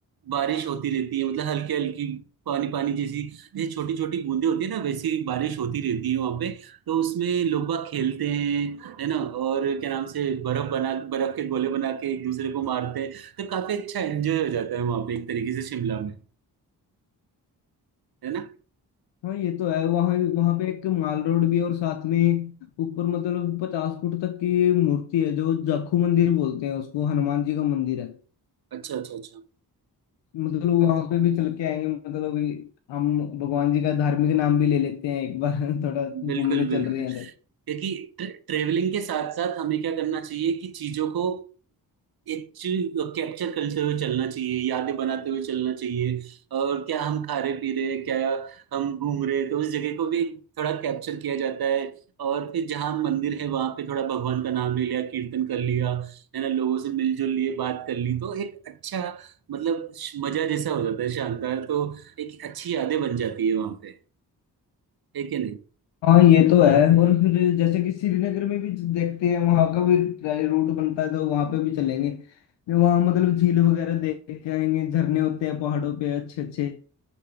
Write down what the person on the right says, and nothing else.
बारिश होती रहती है मतलब हल्की हल्की पानी पानी जैसी जैसे छोटी छोटी बूंदें होती है ना वैसी बारिश होती रहती है वहां पे तो उसमें लोग बाग खेलते हैं है ना और क्या नाम से बर्फ बना बर्फ के गोले बना के एक दूसरे को मारते हैं तो काफी अच्छा एंजॉय हो जाता है वहां पे एक तरीके से शिमला में है ना
अच्छा अच्छा अच्छा
बिल्कुल
बिल्कुल
क्योंकि ट्रेवलिंग के साथ साथ हमें क्या करना चाहिए कि चीजों को एक चीज कैप्चर करते हुए चलना चाहिए यादें बनाते हुए चलना चाहिए और क्या हम खा रहे पी रहे क्या हम घूम रहे तो उस जगह को भी थोड़ा कैप्चर किया जाता है और फिर जहाँ मंदिर है वहां पे थोड़ा भगवान का नाम ले लिया कीर्तन कर लिया है ना लोगों से मिलजुल लिए बात कर ली तो एक अच्छा मतलब श- मजा जैसा हो जाता है शानदार तो एक अच्छी यादें बन जाती है वहां पे है कि नहीं